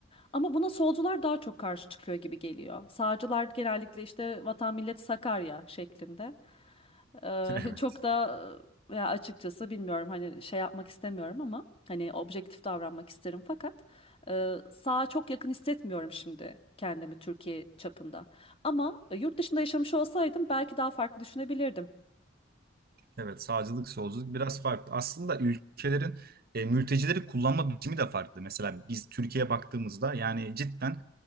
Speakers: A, on the left; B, on the right.
A: Ama buna solcular daha çok karşı çıkıyor gibi geliyor. Sağcılar genellikle işte vatan millet Sakarya şeklinde. Ee,
B: <laughs> Evet.
A: <laughs> çok da e, ya açıkçası bilmiyorum hani şey yapmak istemiyorum ama hani objektif davranmak isterim fakat e, sağa çok yakın hissetmiyorum şimdi kendimi Türkiye çapında. Ama e, yurt dışında yaşamış olsaydım belki daha farklı düşünebilirdim.
B: Evet, sağcılık, solculuk biraz farklı. Aslında ülkelerin e, mültecileri kullanma biçimi de farklı. Mesela biz Türkiye'ye baktığımızda yani cidden